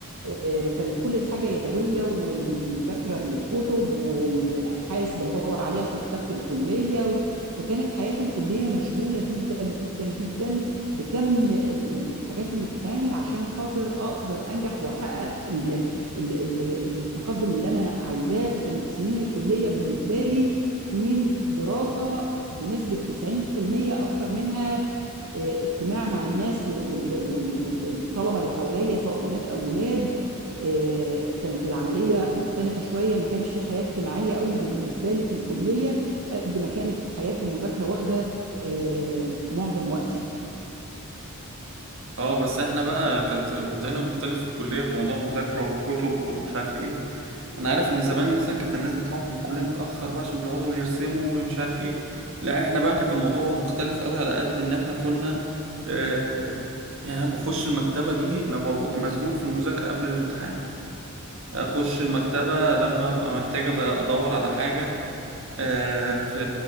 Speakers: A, on the right (about 80°); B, on the right (about 60°).
A: آه، كانت كل الحاجه يدويه والمذاكره من الكتب والابحاث بندور عليها في مكتبه الكليه و- فكانت حياه الكليه مشغوله جدا جدا جدا بكم ال- ال- الحاجات اللي بتتعمل عشان خاطر اقدر انجح واحقق ال- ال- ال- التقدم اللي انا عايزاه فكانت سنين الكليه بالنسبه لي سنين دراسه بنسبة 90% أكتر منها آه، اجتماع مع الناس والطلبة اللي حواليا سواء بنات أو ولاد آه، كانت العملية مختلفة شوية ما كانش في حياة اجتماعية قوي بالنسبة لي في الكلية قد ما كانت حياة المذاكرة واخدة آه، معظم وقتي
B: اه بس احنا بقى كانت وضعنا مختلف في الكلية في موضوع المذاكرة والكتب ومش عارف ايه انا عارف ان زمان مثلا كانت الناس بتروح من الكلية متأخر بقى عشان بيقعدوا يرسموا ومش عارف ايه لا احنا بقى كانت الموضوع مختلف قوي على قد ان احنا كنا آه يعني انا بخش المكتبة دي لما ببقى مزنوق في المذاكرة قبل الامتحان اخش المكتبة لما ابقى محتاج أد- ادور على حاجة آه، في